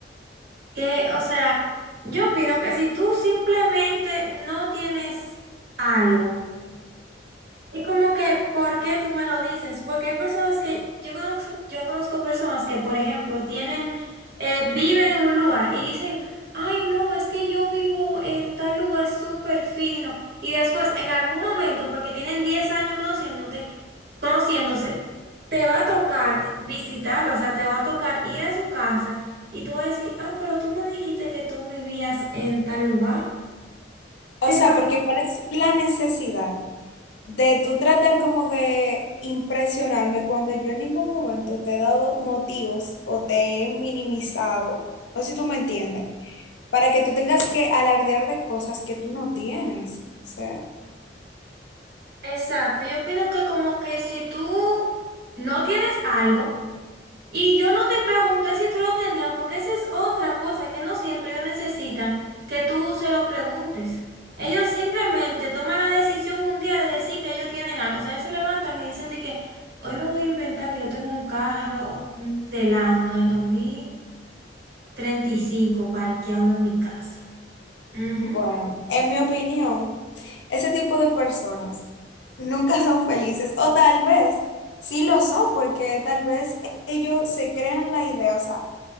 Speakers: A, on the right; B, on the left.
A: Que, o sea, yo opino que si tú simplemente no tienes algo, Es como que, ¿por qué tú me lo dices? Porque hay personas que, yo conozco, yo conozco personas que, por ejemplo, tienen, eh, viven en un lugar y dicen, ay, no, es que yo vivo en tal lugar súper fino. Y después, en algún momento, porque tienen 10 años conociéndote, conociéndose, te va a tocar visitarlo, o sea, te va a tocar ir a su casa y tú vas a decir, ah, pero tú me dijiste que tú vivías en tal lugar.
B: O
A: ¿Qué
B: sea,
A: pasa?
B: porque ¿cuál es la necesidad de tú tratar como de impresionarme cuando yo en ningún momento te he dado motivos o te he minimizado, no sé si tú me entiendes, para que tú tengas que alardear de cosas que tú no tienes? O sea,
A: Exacto, yo opino que como que si tú no tienes algo y yo no te pregunté si tú lo tenías, porque esa es otra cosa que no siempre ellos necesitan que tú se lo preguntes. Ellos simplemente toman la decisión un día de decir que ellos tienen algo, o sea, ellos se levantan y dicen de que hoy me voy a inventar que yo tengo un carro mm, del año del dos mil treinta y cinco parqueado en mi casa. Ujú.
B: bueno, en mi opinión, ese tipo de personas nunca son felices o tal vez sí lo son porque tal vez ellos se creen la idea, o sea,